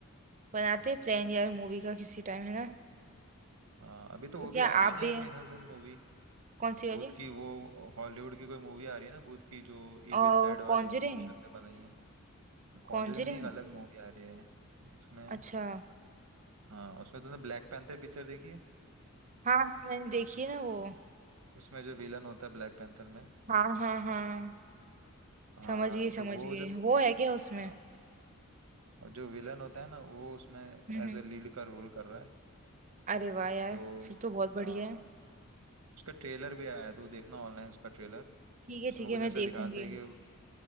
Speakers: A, on the right; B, on the right.
A: बनाते हैं प्लान यार मूवी का किसी टाइम है ना
B: हाँ अभी तो वो
A: तो
B: भी
A: क्या
B: आ रही
A: आप
B: है ना यार
A: भी
B: मेरे ख्याल से मूवी
A: कौन सी
B: भूत
A: वाली
B: की वो हॉलीवुड की कोई मूवी आ रही है ना भूत की जो इविल
A: और
B: डेड वाली
A: कॉन्जरिंग
B: प्रोड्यूसर ने बनाई है कॉन्जरिंग
A: कॉन्जरिंग
B: नहीं एक अलग मूवी आ रही है उसमें
A: अच्छा
B: हाँ उसमें तुमने ब्लैक पैंथर पिक्चर देखी है
A: हाँ हाँ मैंने देखी है ना वो
B: उसमें जो विलन होता है ब्लैक पैंथर में
A: हाँ हाँ हाँ
B: हाँ
A: समझ गई
B: तो
A: समझ
B: वो
A: गई
B: जो
A: वो है क्या उसमें
B: हाँ और जो विलन होता है ना वो उसमें
A: हम्म
B: एज
A: हम्म।
B: ए लीड का रोल कर रहा है
A: अरे वाह यार
B: तो
A: फिर तो बहुत बढ़िया
B: हाँ
A: है
B: उसका ट्रेलर भी आया है तो देखना ऑनलाइन उसका ट्रेलर
A: ठीक है
B: उसमें
A: ठीक है
B: कुछ
A: मैं
B: ऐसा
A: देखूंगी
B: दिखाते हैं कि